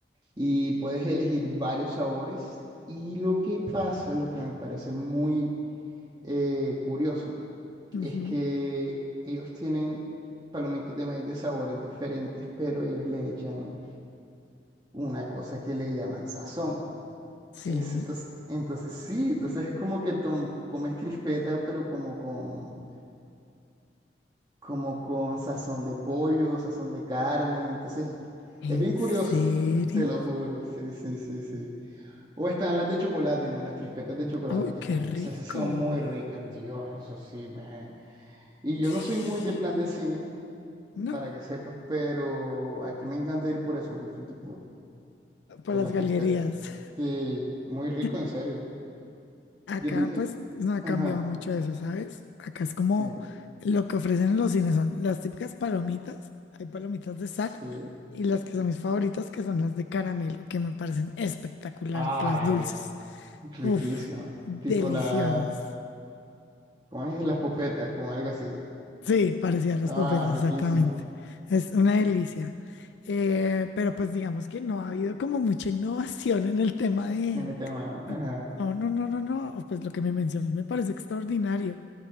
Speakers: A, on the right (about 25°); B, on the left (about 80°).
A: y puedes elegir varios sabores. Y lo que pasa, lo que me parece muy eh, curioso,
B: ujú.
A: es que ellos tienen palomitas de maíz de sabores diferentes, pero ellos le echan una cosa que le llaman sazón.
B: Sí,
A: Es, entonces, entonces sí, entonces es como que tom- comes crispeta, pero como con como con sazón de pollo, sazón de carne, entonces
B: ¿en
A: es bien curioso,
B: serio?
A: te lo juro, sí, sí, sí, sí. O están las de chocolate, ¿no? Las crispetas de chocolate,
B: ¡Uy,
A: que
B: qué
A: también
B: rico!
A: esas sí son muy ricas, Dios, eso sí, me... Y
B: Ush.
A: yo no soy muy de plan de cine,
B: No,
A: para que sepas, pero aquí me encanta ir por eso, tipo,
B: por
A: por
B: las
A: las
B: galerías.
A: crispetas. Sí, muy rico,
B: <laughs>
A: en serio.
B: Acá
A: Yo también,
B: pues no ha
A: ajá,
B: cambiado mucho eso, ¿sabes? Acá es como
A: sí,
B: lo que ofrecen en los cines son las típicas palomitas, hay palomitas de sal
A: sí.
B: y las que son mis favoritas que son las de caramelo, que me parecen espectaculares,
A: Ay,
B: las dulces.
A: riquísimo.
B: Uf, deliciosas.
A: Tipo las... ¿Cómo es? Las popetas como algo así.
B: Sí, parecían las
A: Ah,
B: papetas,
A: riquísimo.
B: exactamente. Es una
A: riquísimo.
B: delicia. Eh, pero pues digamos que no ha habido como mucha innovación en el tema de...
A: En el tema, ajá.
B: No, no, no, no, no. Pues lo que me mencionas me parece extraordinario.